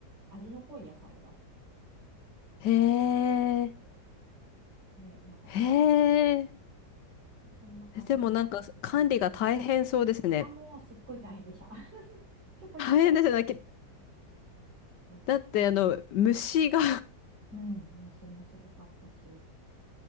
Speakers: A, on the right (about 85°); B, on the left (about 80°).
A: 味の濃い野菜が
B: へ
A: でき
B: え。
A: て、ね、なんか、
B: へえ。
A: そんな感じになってます。
B: でもなんか管理が大変そうですね。
A: あ、もうすっごい大変でした。<laughs> ちょこちょこ、
B: 大変ですよね。き
A: ちょこ、
B: だってあの虫が
A: うん、虫もすごかったし。